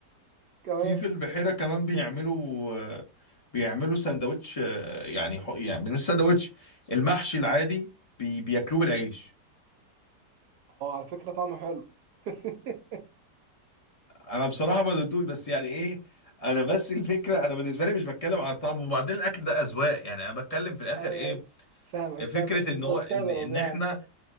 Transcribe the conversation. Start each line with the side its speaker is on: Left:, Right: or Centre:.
Right: كمان
Left: في في البحيرة كمان بيعملوا آه، بيعملوا سندوتش آه، يعني حق- يعني مش سندوتش المحشي العادي بي... بياكلوه بالعيش
Right: اه على فكرة طعمه حلو <laughs>
Left: أنا بصراحة ما ضدوش بس يعني إيه أنا بس الفكرة أنا بالنسبة لي مش بتكلم على الطعم وبعدين الأكل ده أذواق يعني أنا بتكلم في الآخر
Right: ايوه
Left: إيه
Right: ايوه فاهمك
Left: فكرة
Right: فاهمك انت
Left: ان هو
Right: مستغرب
Left: ان ان
Right: يعني
Left: احنا